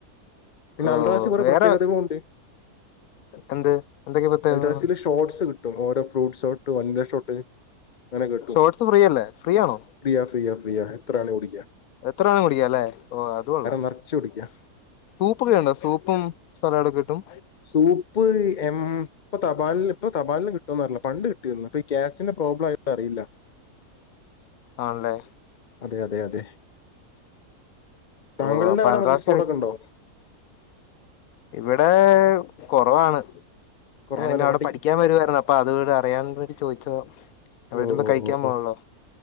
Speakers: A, on the left; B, on the left.
A: പിന്നെ
B: ഓ
A: അൽറാശി കുറെ
B: വേറെ
A: പ്രത്യേകതകളുണ്ട്
B: എന്ത് എന്തൊക്കെ പ്രത്യേകതകള്
A: അൽ ഡ്രസില് ഷോട്ട്സ് കിട്ടും ഓരോ ഫ്രൂട്ട് ഷോട്ട് വൺവെ ഷോട്ട് അങ്ങനെ കിട്ടും
B: ഷോർട്സ് ഫ്രീ അല്ലേ ഫ്രീ ആണോ
A: ഫ്രീയ ഫ്രീയ ഫ്രീയ എത്ര വേണേ കുടിക്ക
B: എത്ര വേണേലും കുടിക്കാലേ ഓ അതുകൊള്ളാംസൂപ്പൊക്കെണ്ടോ
A: നിറച്ച് കുടിക്കാ
B: സൂപ്പും സലാഡൊക്കെ കിട്ടും
A: സൂപ്പ് എം ഇപ്പൊ തപാലില് ഇപ്പൊ തപാലിലും കിട്ടോന്ന് അറിയില്ല പണ്ട് കിട്ടിരുന്നു ഇപ്പ ഈ ഗ്യാസിന്റെ പ്രോബ്ലം ആയിട്ട് അറിയില്ല
B: ആണല്ലേ
A: അതെ അതെ അതെ താങ്കളുടെ
B: ഓ അപ്പൊ
A: അവിടെ
B: അൽറാസിയാണ്
A: മന്തി സ്പോട്ടൊക്കെ ഉണ്ടോ
B: ഇവിടെ കൊറവാണ്
A: കുറേ
B: ഞാനിനി
A: പോലെ
B: അവിടെ
A: പട്ടി
B: പഠിക്കാൻ വരുവാരുന്നു അപ്പൊ അത് വിട് അറിയാൻ വേണ്ടി ചോദിച്ചത അവിട്ർമ്പോ
A: ഓ ഓ
B: കഴിക്കാൻ
A: ഓ
B: പോണല്ലോ
A: ഓ